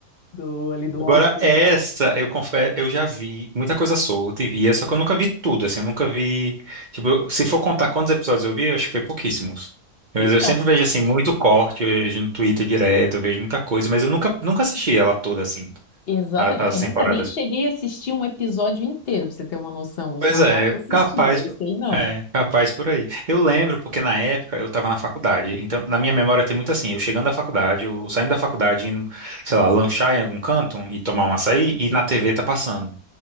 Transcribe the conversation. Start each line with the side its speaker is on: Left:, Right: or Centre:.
Left: do, ali do
Right: Agora,
Left: Oscar
Right: essa,
Left: e tal.
Right: eu confesso, eu já vi muita coisa solta e via, só que eu nunca vi tudo, assim, eu nunca vi. Tipo, eu- se for contar quantos episódios eu vi, eu acho que foi pouquíssimos. Mas
Left: Então,
Right: eu sempre vejo, assim, muito corte, eu vejo no Twitter direto, eu vejo muita coisa, mas eu nunca, nunca assisti ela toda, assim,
Left: exatamente.
Right: a- as
Left: Eu
Right: temporadas.
Left: nunca nem cheguei a assistir um episódio inteiro, para você ter uma noção. Os
Right: Pois
Left: normais
Right: é,
Left: eu assistia,
Right: capaz,
Left: esse aí não.
Right: é, capaz por aí. Eu lembro porque na época eu estava na faculdade, então na minha memória tem muito assim, eu chegando da faculdade, eu saindo da faculdade, indo, sei lá, lanchar em algum canto e tomar um açaí e na TV tá passando.